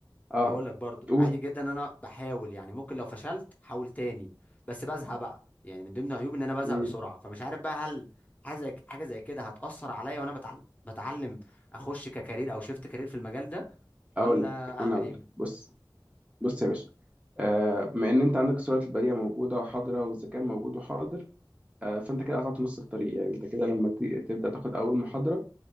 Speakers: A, on the right; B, on the left.
A: اه
B: هقول لك برضو
A: قول
B: عادي جدا ان انا بحاول يعني ممكن لو فشلت حاول تاني بس بزهق بقى يعني من ضمن عيوبي ان انا بزهق
A: مم.
B: بسرعه فمش عارف بقى هل حاجه زي حاجه زي كده هتاثر عليا وانا بتعلم بتعلم اخش ككارير او شيفت كارير في المجال ده ولا
A: اقول لك
B: اعمل
A: انا اقول
B: ايه
A: لك بص بص يا باشا آه بما ان انت عندك السرعه البريه موجوده وحاضره والذكاء موجود وحاضر آه فانت كده قطعت نص الطريق يعني انت كده لما ت- تبدا تاخد اول محاضره